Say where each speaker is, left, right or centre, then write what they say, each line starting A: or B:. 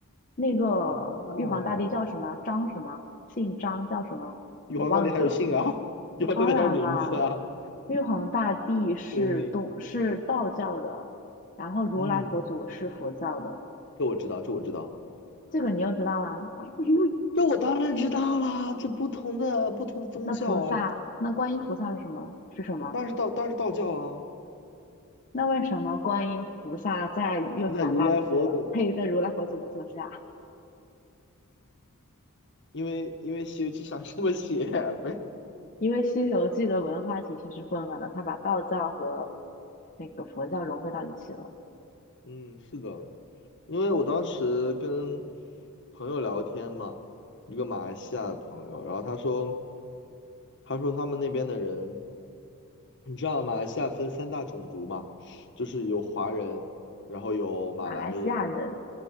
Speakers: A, on the left; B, on the left.
A: 那个玉皇大帝叫什么？
B: 哦，
A: 张什么？姓张叫什么？
B: 玉皇大帝还有姓啊，
A: 我忘记了。
B: 玉皇大帝还有名字啊，
A: 当然啦，玉皇大帝是东是道教的，
B: 救命！
A: 然后如来佛祖是佛教的，
B: 嗯，这我知道，这我知道，
A: 这个你又知道啦？<laughs>
B: 这我当然知道啦。这不同的不同的宗教啊，
A: 那菩萨，那观音菩萨是什么？是什么？
B: 当然是道，当然是道教啊。
A: 那为什么观音菩萨在玉皇大帝的配在如来佛祖的座下？
B: 现在如来佛祖，因为因为《西游记》想这么写呗。
A: 因为《西游记》的文化体系是混乱的，他把道教和那个佛教融汇到一起了。
B: 嗯，是的，因为我当时跟朋友聊天嘛，一个马来西亚的朋友，然后他说，他说他们那边的人，你知道马来西亚分三大种族嘛，就是有华人，然后有马来人，
A: 马来西亚人